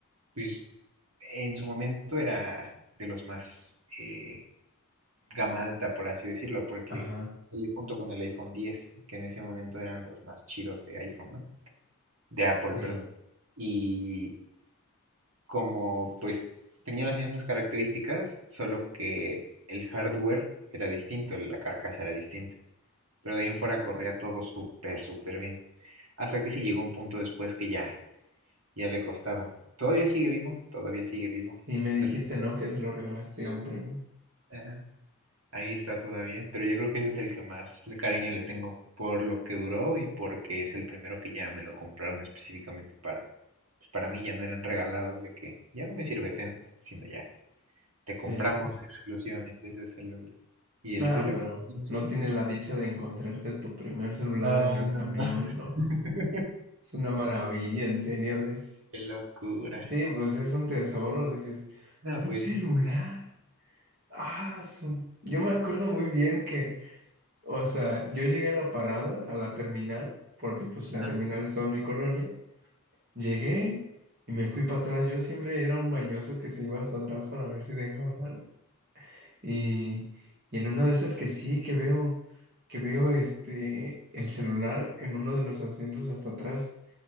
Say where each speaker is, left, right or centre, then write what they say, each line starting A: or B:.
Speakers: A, on the right; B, on the right.
A: pues, en su momento era de los más eh, gama alta, por así decirlo, porque
B: Ajá.
A: él junto con el iPhone 10, que en ese momento eran los más chidos de iPhone, ¿no? De Apple,
B: Sí.
A: perdón. Y como pues tenía las mismas características, solo que el hardware era distinto, la carcasa era distinta. Pero de ahí en fuera corría todo súper, súper bien. Hasta que se llegó un punto después que ya, ya le costaba. Todavía sigue vivo, todavía sigue vivo.
B: Y me dijiste,
A: Pero,
B: no, que se lo regalaste a un primo.
A: ajá. Ahí está todavía, pero yo creo que ese es el que más le- cariño le tengo, por lo que duró y porque es el primero que ya me lo compraron específicamente para, pues para mí ya no eran regalados de que ya no me sirve ten, sino ya te
B: Sí,
A: compramos
B: sí, sí.
A: exclusivamente ese celular. ¿Y
B: Nada,
A: el tuyo?
B: pero
A: ¿Tienes
B: no
A: uno?
B: tiene la
A: Ah,
B: dicha de encontrarte tu primer celular
A: No,
B: en el
A: no,
B: camión,
A: no.
B: loco.
A: <laughs>
B: Es una maravilla, en serio. Es...
A: Qué locura.
B: Sí, pues es un tesoro. Dices,
A: No,
B: un
A: pues
B: celular.
A: sí.
B: Ah, su- Yo me acuerdo muy bien que, o sea, yo llegué a la parada, a la terminal, porque pues la
A: Ajá.
B: terminal estaba en mi colonia. Llegué y me fui para atrás. Yo siempre era un mañoso que se iba hasta atrás para ver si dejaban algo. Y,
A: Sí.
B: y en una de esas que sí, que veo, que veo este, el celular en uno de los asientos hasta atrás.